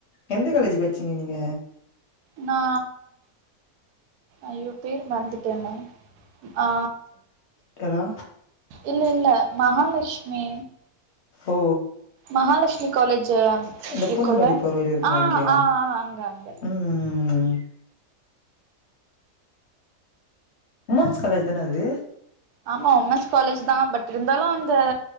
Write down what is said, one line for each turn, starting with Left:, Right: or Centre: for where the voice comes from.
Left: எந்த காலேஜ் பட்சிங்க நீங்க
Right: நா ஐயோ பேர் மறந்துட்டேனே ஆ
Left: கெதா
Right: இல்ல இல்ல மஹாலஷ்மி
Left: ஓ
Right: மஹாலஷ்மி காலேஜி
Left: அந்த
Right: இருக்குள்ள
Left: பூந்தமல்லி போற வழில இருக்குமே
Right: ஆ
Left: அங்கயா
Right: ஆ ஆ அங்க அங்க
Left: ம் ம் உமன்ஸ் காலேஜ் தானே அது
Right: ஆமா உமன்ஸ் காலேஜ் தா பட் இருந்தாலு அந்த